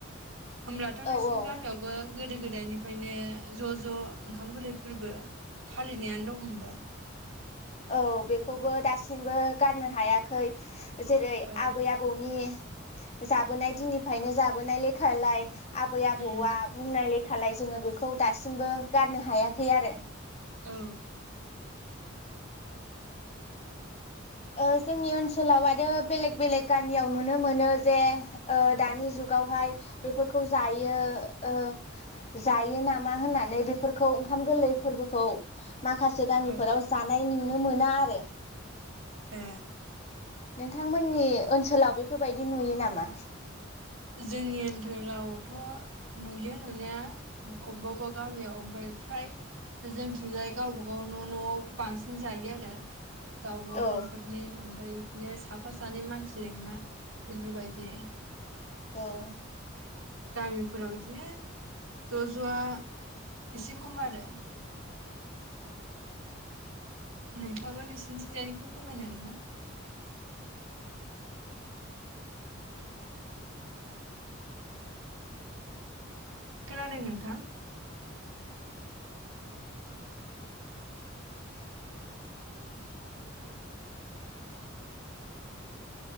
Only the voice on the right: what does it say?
होमब्लाथ
नोंसिनि
गामियावबो गोदो गोदाय निफ्रायनो ज ज ओंखाम गोरलै फोरबो फालिनायानो दं होमबा
औ
उम
औ
औ
ए
जोंनि ओनथोलावथ नुयो नुनाया अबेबा अबेबा गामियाव ओमफाय फ्राय जोंथिंजाय गावबा गाव न' नआव बांसिन जायो आरो। गाववाव
नखरनि ओमफाय बिदिनो साफा सानै मानसि लिंना बेफोरबायदि
गामिफोराव बिदिनो ज-ज आ एसे खम आरो। नोंथाङाबा नोंसिनिथिंजानिखौ फोरमायनो हागोन ना? खोनादों नोंथां